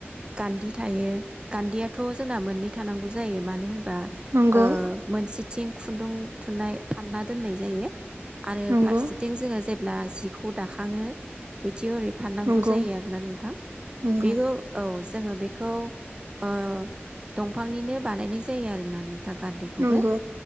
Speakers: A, on the right; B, on the right.
A: गान्दि थायो गान्दियाथ जोंना मोननै थानांगौ जायो मानो होनबा बा
B: नंगौ
A: ओ मोनसे थिं खुन्दुं थुननाय फानना दोननाय जायो आरो
B: नंगौ
A: फारसेथिं जोङो जे ब्ला जिखौ दाखाङो थि ओरै फाननांगौ
B: नंगौ
A: जायो आरो ना नोंथां
B: नंगौ
A: बेखौ औ जोङो बेखौ ओ दंफांनिनो बानायनाय जायो आरोना नों था गान्दैखौबो
B: नंगौ